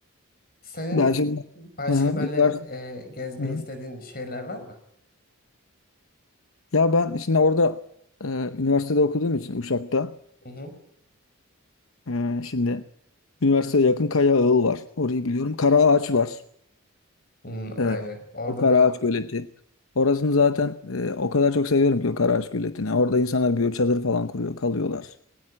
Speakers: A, on the left; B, on the left.
A: Senin
B: Ben şimdi
A: başka
B: hı hı,
A: böyle
B: ünivers-
A: e, gezmeyi
B: hı hı.
A: istediğin şeyler var mı?
B: Ya ben şimdi orada e, üniversitede okuduğum için Uşak'ta
A: Hı hı.
B: e, şimdi üniversiteye yakın Kaya Ağıl var. Orayı biliyorum. Karaağaç var.
A: Hmm,
B: E,
A: aynen. Orada
B: o Karaağaç
A: da
B: Göleti. Orasını zaten e, o kadar çok seviyorum ki o Karaağaç Göleti'ni. Orada insanlar bir çadır falan kuruyor, kalıyorlar.